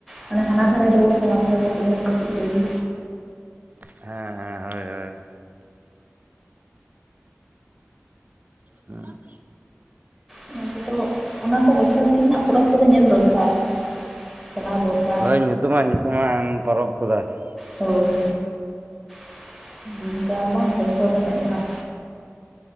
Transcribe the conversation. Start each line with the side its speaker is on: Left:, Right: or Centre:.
Centre: ᱢᱟᱱᱮ ᱦᱟᱱᱟ ᱫᱷᱟᱨᱮ ᱨᱳᱰ ᱱᱚᱣᱟ ᱫᱷᱟᱨᱮ ᱨᱳᱰ ᱚᱱᱮ ᱠᱟᱹᱴᱤᱡ ᱜᱟᱹᱲᱤ
Right: ᱦᱮᱸ ᱦᱮᱸ ᱦᱳᱭ ᱦᱳᱭ <inaudible>
Centre: ᱚᱱᱟ ᱚᱱᱟ ᱠᱚ ᱵᱚᱪᱷᱚᱨ ᱫᱤᱱ ᱨᱮᱱᱟᱜ ᱯᱚᱨᱚᱵᱽ ᱠᱚᱫᱚ ᱧᱮᱞ ᱫᱚᱨᱠᱟᱨ ᱪᱟᱞᱟᱣ ᱫᱚᱨᱠᱟᱨ
Right: ᱦᱚᱭ ᱧᱩᱛᱩᱢᱟᱜ ᱧᱩᱛᱩᱢᱟᱱ ᱯᱚᱨᱚᱵᱽ ᱠᱚᱫᱚ ᱟᱨᱠᱤ
Centre: ᱦᱳᱭ <inaudible> ᱟᱨ ᱵᱟᱝ ᱵᱚᱪᱷᱚᱨ ᱨᱮ ᱢᱤᱫ ᱫᱷᱟᱣ